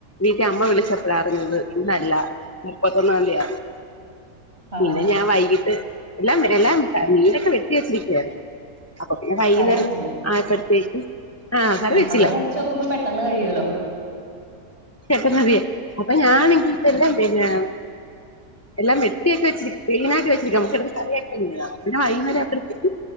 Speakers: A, on the left (about 15°); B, on the right (about 40°).
A: വീട്ടി അമ്മ വിളിച്ചപ്പളാ അറിഞ്ഞത് ഇന്നല്ല മുപ്പത്തൊന്നാം തീയതിയാന്ന്
B: ആഹ്
A: പിന്നെ ഞാൻ വൈകിട്ട് എല്ലാം എല്ലാം മീനൊക്കെ വെട്ടി വെച്ചിരിക്കാരുന്നു അപ്പൊ പിന്നെ വൈകുന്നേരം
B: കറി വെച്ചില്ല
A: ആയപ്പോഴത്തേക്ക് ആഹ് കറി
B: മുളക്
A: വെച്ചില്ല
B: അരച്ച് വെക്കുമ്പോ പെട്ടെന്ന് കഴിയോല്ലോ
A: <unintelligible> അപ്പോ ഞാണെങ്കിൽ എല്ലാം വര്യ എല്ലാം വെട്ടിയൊക്കെ വെച്ചിരി ക്ലീൻ ആക്കി വെച്ചിരിക്കാ നമുക്ക്‌ എടുത്ത് കറി ആക്കിയാ മതി പിന്നെ വൈകുന്നേരായപ്പത്തേക്ക്